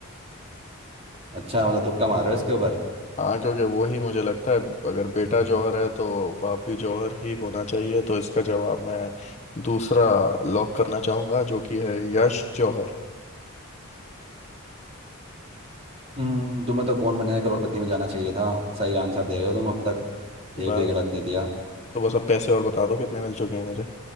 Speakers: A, on the right; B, on the left.
A: अच्छा मतलब तुक्का मार रहे हो इसके ऊपर
B: हाँ क्योंकि वही मुझे लगता है अगर बेटा जौहर है तो बाप भी जौहर ही होना चाहिए तो इसका जवाब मैं दूसरा लॉक करना चाहूंगा जो कि है यश जौहर
A: हम्म तुम्हें तो कौन बनेगा करोड़पति में जाना चाहिए था सही आंसर दे रहे हो तुम अब तक एक
B: बस
A: भी गलत नहीं दिया
B: तो बस अब पैसे और बता दो कितने मिल चुके हैं मुझे